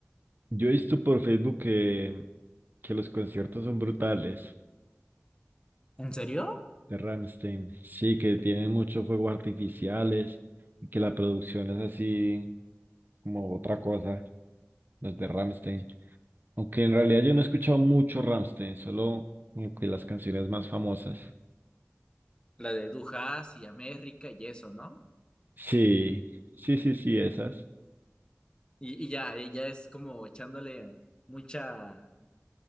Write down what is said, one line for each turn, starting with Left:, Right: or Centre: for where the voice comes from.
Right: Yo he visto por Facebook que, que los conciertos son brutales
Left: ¿En serio?
Right: de Rammstein. Sí, que tienen muchos fuegos artificiales y que la producción es así como otra cosa, los de Rammstein. Aunque en realidad yo no he escuchado mucho Rammstein, solo como que las canciones más famosas.
Left: La de Dujas y América y eso, ¿no?
Right: Sí, sí, sí, sí, esas.
Left: Y, y ya, y ya es como echándole mucha, eh,